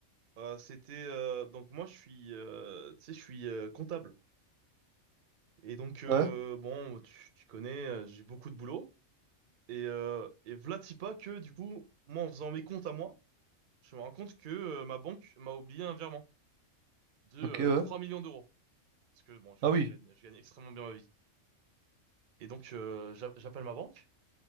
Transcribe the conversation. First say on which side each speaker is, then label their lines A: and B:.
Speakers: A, on the right; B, on the right.
A: Euh, c'était, euh, donc moi, je suis, euh, tu sais, je suis, euh, comptable. Et donc, euh,
B: Ouais.
A: bon, tu, tu connais, euh, j'ai beaucoup de boulot. Et, euh, et v'là t'y pas que, du coup, moi, en faisant mes comptes à moi, je me rends compte que euh, ma banque m'a oublié un virement de euh,
B: Ok, ouais.
A: 3 millions d'euros. Parce que, bon, je,
B: Ah oui.
A: je gagne, je gagne extrêmement bien ma vie. Et donc, euh, j'a- j'appelle ma banque